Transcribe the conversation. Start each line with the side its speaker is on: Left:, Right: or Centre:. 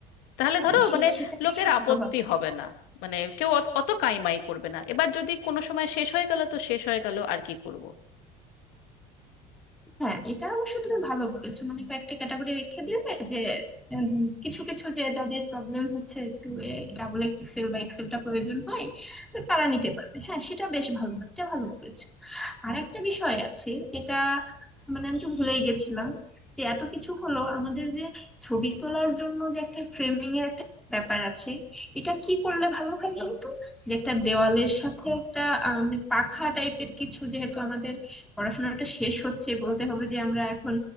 Left: তাহলে ধরো
Centre: হ্যাঁ, সে-
Left: মানে
Centre: সেটাই
Left: লোকের
Centre: বেশি ভালো
Left: আপত্তি
Centre: হবে
Left: হবে না মানে কেউ অত অত কাইমাই করবে না এবার যদি কোনো সময় শেষ হয়ে গেল তো শেষ হয়ে গেল আর কি করব
Centre: হ্যাঁ এটা অবশ্য তুমি ভালো বলেছো মানে কয়েকটা ক্যাটাগরি রেখে দিলে যে উম, কিছু কিছু যে যাদের প্রবলেম হচ্ছে একটু ডাবল এক্সেল বা এক্সেলটা প্রয়োজন হয় তো তারা নিতে পারবে হ্যাঁ সেটা বেশ ভালো এটা ভালো বলেছো আর একটা বিষয় আছে যেটা মানে আমি তো ভুলেই গেছিলাম যে এত কিছু হলো আমাদের যে ছবি তোলার জন্য যে একটা ফ্রেমিং এর একটা ব্যাপার আছে এটা কি করলে ভালো হয় বলো তো যে একটা দেওয়ালের সাথে একটা আহ, মানে পাখা টাইপের কিছু যেহেতু আমাদের পড়াশোনাটা শেষ হচ্ছে বলতে হবে যে আমরা এখন